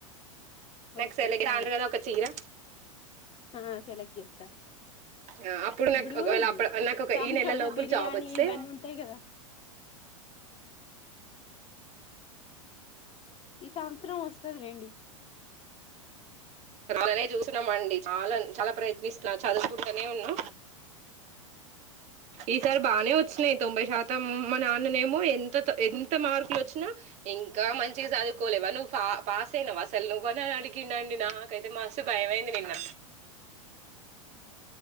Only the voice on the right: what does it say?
నాకు
సెలెక్ట్
కాను కదా ఒక చీర
ఆ, అప్పుడు నాకు
ఒకవేళ అప్పుడు నాకు ఒక
ఈ నెల లోపల
జాబ్ వస్తే
అలానే చూసినం అండి చాల చాలా ప్రయత్నిస్తున్నా చదువుకుంటూనే ఉన్నా ఈసారి బాగా వచ్చినాయి తొంభై శాతం మా నాన్ననేమో ఎంత త ఎంత మార్కులు వచ్చినా ఇంకా మంచిగా చదువుకోలేవా నువ్వు పా పాస్ అయినావ అసలు నువ్వు అని అడిగిండండి నాకు ఐతే మస్తు భయమైంది నిన్న